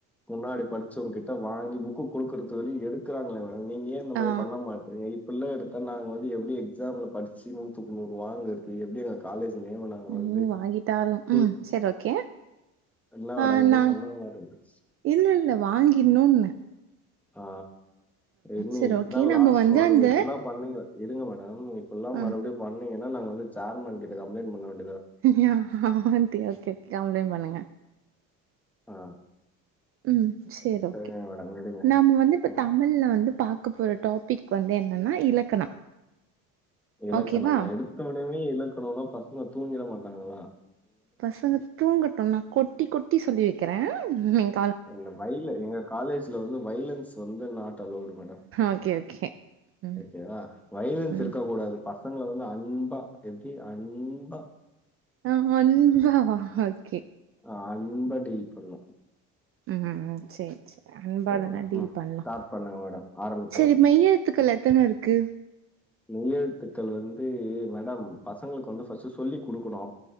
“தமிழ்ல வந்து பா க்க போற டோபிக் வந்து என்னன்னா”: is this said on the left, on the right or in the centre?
Right